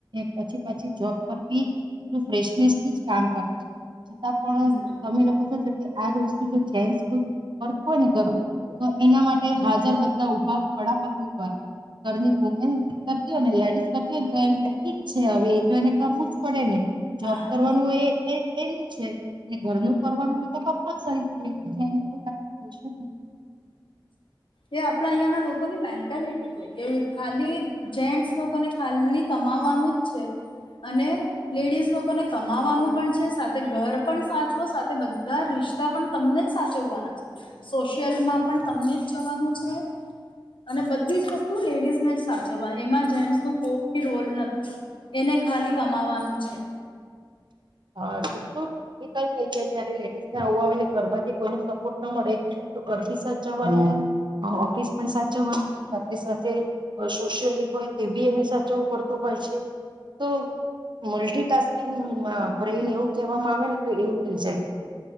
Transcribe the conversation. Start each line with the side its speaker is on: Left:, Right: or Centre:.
Right: પછી પછી જોબ પર બી ફ્રેશનેસથી જ કામ કરે છે છતાં
Left: હમ
Right: પણ તમે લોકો છો કે આજ વસ્તુ જો જેસ ફતું હોય ને ઘરનું તો એના માટે હાજર બધા ઉભા ખડા પગી ઉભા રહેે ઘરની વુમેન કરતી હોય ને લેડીસ કરતી હોય ને તો એમ કે ઠીક છે હવે એ તો એને કરવું જ પડે ને જોબ
Left: હા
Right: કરવાનું એ એનું છે ઘરનું કરવાનું હોય તો કમ્પલસરી છે એટલે <unintelligible>
Left: એ આપણા અહિયાં ના લોકોની મેન્ટલિટી છે કે ખાલી જેન્ટસ લોકોને ખાલી કમા વાવાનું જ છે. અને લેડીઝ લોકોને કમાવાનું પણ છે સાથે ઘર પણ સાચવ સાથે બધા રિ શ્તા પણ તમને જ સાચવવાના છે સોશિયલમાં પણ તમને જ જવાનું છે અને બધી જ વસ્તુ લેડીઝ ને જ સાચવવા એમાં જેન્ટ્સ નો કોઈ રોલ નથી એને ખાલી કમાવાનું છે.
Right: હા કેટલું <unintelligible> થઈ જાય જારે લેડીઝ ના આવું આવે ને ઘર માંથી કોઈ ન સપોર્ટ ના મળે તો ઘર બી સાચવાનું ઓફિસ પણ સાચવવાનું સાથે સાથે સોશિયલી હોય તે બી એને સાચવવું પડતું હોય છે. તો મલ્ટિટાસ્કિંગ બ્રેઈન એવું કહેવામાં આવે ને તો એવું થઈ જાય